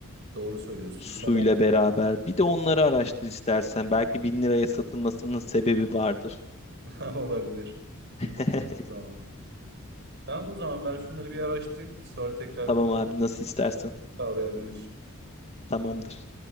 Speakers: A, on the right (about 55°); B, on the left (about 30°).
A: Doğru söylüyorsun.
B: suyla
A: Buna
B: beraber. Bir de onları araştır istersen. Belki bin liraya satılmasının sebebi vardır.
A: da <laughs> olabilir.
B: <laughs>
A: Bir bakayım o zaman. Tamam o zaman ben şunları bir araştırayım. Sonra tekrar
B: Tamam
A: konuşalım.
B: abi nasıl istersen.
A: Sağ ol yardımın
B: Tamamdır.